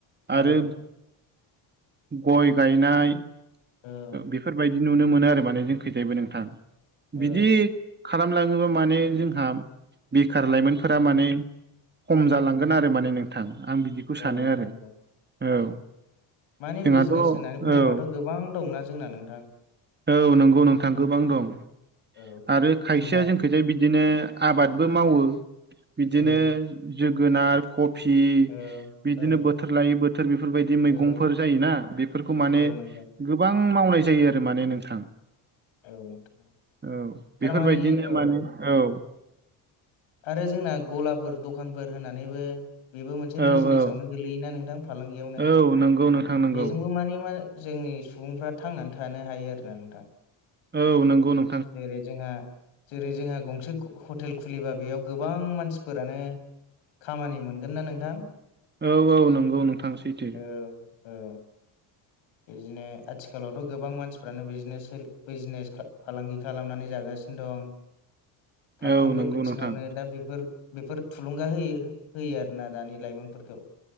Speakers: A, on the left (about 75°); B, on the right (about 20°).
A: औ
B: आरो गय गायनाय
A: औ
B: बेफोरबायदि नुनो मोनो आरो माने जोंखैजायबो नोंथां
A: औ
B: बिदि। खालामलाङोबा माने जोंहा बेखार लाइमोनफोरा माने खम जालांगोन आरो माने नोंथां आं बिदि बेखौ
A: औ
B: सानो
A: नोंथां
B: आरो
A: औ
B: औ
A: माने
B: जोंहाथ'
A: बिजनेस
B: औ
A: होननानै बुङोबाथ' गोबां दंना जोंना नोंथां।
B: औ नंगौ नोंथां गोबां दं
A: औ
B: आरो खायसेया
A: जोंना
B: जों खैथाय बिदिनो आबादबो मावो बिदिनो
A: औ
B: जोगोनार कफि
A: औ
B: बिदिनो
A: औ
B: बोथोर लायै बोथोर बेफोरबायदि
A: औ
B: मैगंफोर जायोना बेफोरखौ माने।
A: औ नोंथां
B: गोबां मावनाय जायो आरो माने नोंथां
A: औ नोंथां
B: औ
A: थारमाने
B: बेफोरबायदिनो
A: औ
B: माने औ
A: आरो जोंना गलाफोर दखानफोर होनानैबो। बेबो मोनसे
B: औ
A: बिजनेसावनो
B: औ
A: गोलैयोना नोंथां फालांगियावनो
B: औ नंगौ नोंथां नंगौ
A: बेजोंबो माने मा जोंनि सुबुंफ्रा थांनानै थानो हायो आरोना नोंथां।
B: औ नंगौ नों
A: जेरै जोंहा जेरै जोंहा गंसे हटेल खुलिब्ला बेयाव गोबां मानसिफोरानो खामानि मोनगोन ना नोंथां
B: औ औ नंगौ नोंथां सैथो।
A: औ औ। बिदिनो आथिखालावथ' गोबां मानसिफ्रानो बिजनेस फालांगि खालामनानै जागासिनो दं फाफ्रोमबो
B: औ नंगौ
A: बिथिङावनो
B: नोंथां
A: दा बेफोर बेफोर थुलुंगा होयो होयो आरोना दानि लाइमोनफोरखौ।